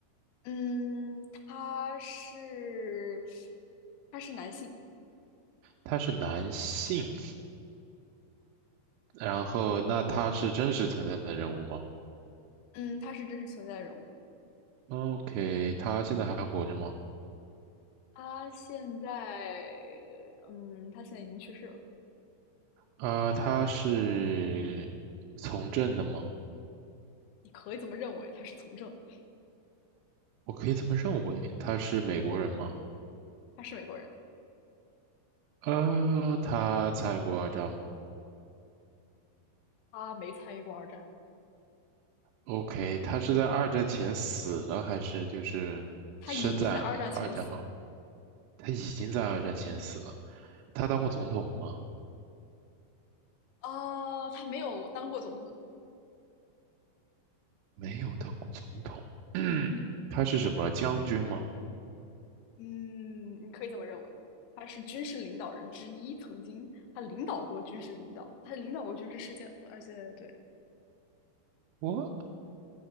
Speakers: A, on the left; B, on the right.
A: 嗯，他是他是男性。
B: 他是男性。然后，那他是真实存在的人物吗
A: 嗯，他是真实存在的人物。
B: ？OK，他现在还活着吗？
A: 他现在嗯，他现在已经去世了。
B: 啊、他是从政的吗？
A: 你可以这么认为，他是从政的。
B: 我可以这么认为。他是美国人吗？
A: 嗯，他是美国人，
B: 呃，他参与过二战吗？
A: 他没参与过二战，
B: OK，他是在二战前死了，还是就是生在二战后？
A: 他已经在二战前死了。
B: 他已经在二战前死了。他当过总统吗？
A: 啊、他没有当过总统。
B: 没有当过总统。
A: 嗯
B: 他是什么将军吗？
A: 嗯，你可以这么认为。他是军事领导人之一，曾经他领导过军事领导，他领导过军事事件，而且对。
B: 我